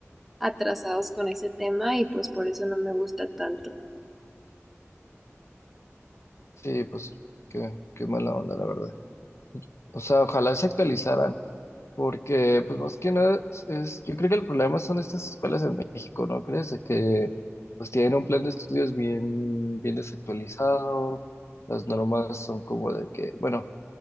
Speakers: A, in the centre; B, on the left.
A: atrasados con ese tema y pues por eso no me gusta tanto.
B: Sí, pues qué, qué mala onda, la verdad. O sea, ojalá se actualizaran, porque pues más que nada, es, es- yo creo que el problema son estas escuelas en México, ¿no crees? De que pues tienen un plan de estudios bien, bien desactualizado, las normas son como de que, bueno,